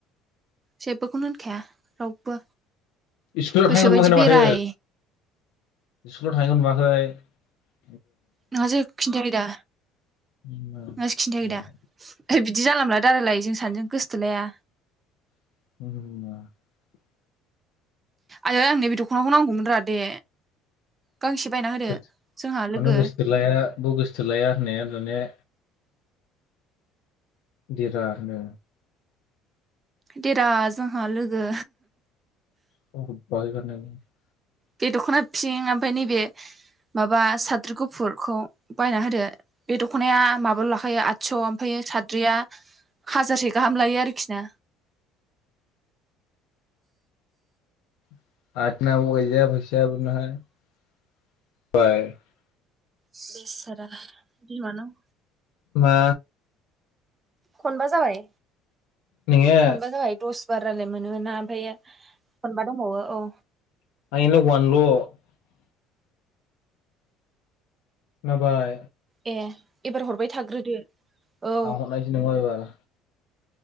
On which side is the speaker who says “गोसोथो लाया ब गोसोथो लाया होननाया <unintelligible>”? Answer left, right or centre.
Left